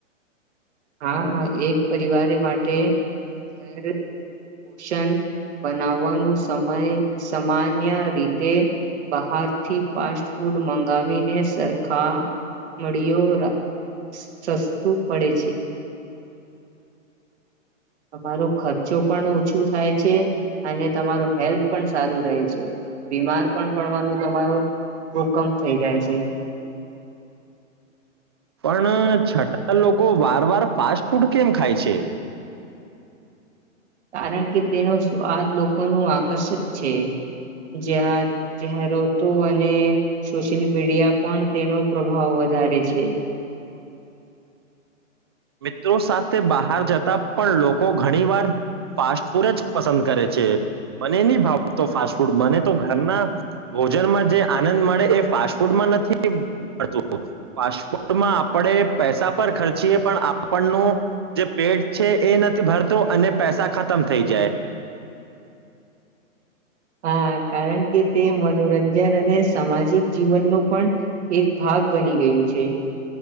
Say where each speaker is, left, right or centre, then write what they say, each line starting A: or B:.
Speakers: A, on the right; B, on the right.
A: હા એક પરિવારે માટે ઘર ષણ બનાવવાનું સમય સામાન્ય રીતે બહારથી ફાસ્ટ ફૂડ મંગાવીને સરખા મળ્યો રાસ સસ્તું પડે છે. તમારો ખર્ચો પણ ઓછું થાય છે. અને તમાર હેલ્થ પણ સારું રહે છે. બીમાર પણ પડવાનું તમારો ભુકમ થઈ જાય છે.
B: પણ છતાં લોકો વાર વાર ફાસ્ટ ફૂડ કેમ ખાય છે?
A: કારણ કે તેનો સ્વાદ લોકોનું આકર્ષક છે. જ્યાં જાહેરાતો અને સોશિયલ મીડિયા પણ તેનો પ્રભાવ વધારે છે.
B: મિત્રો સાથે બહાર જતા પણ લોકો ઘણી વાર ફાસ્ટ ફૂડ જ પસંદ કરે છે. મને ની ભાવ તો ફાસ્ટ ફૂડ મને તો ઘરના ભોજનમાં જે આનંદ મળે એ ફાસ્ટ ફૂડમાં નથી મળતું. ફાસ્ટફૂડમાં આપણે પૈસા પર ખર્ચીએ આપણનું જે પેટ છે, એ નથી ભરતો અને પૈસા ખતમ થઈ જાય.
A: હા કારણ કે તે મનોરંજન અને સામાજિક જીવનનો પણ એક ભાગ બની ગયું છે,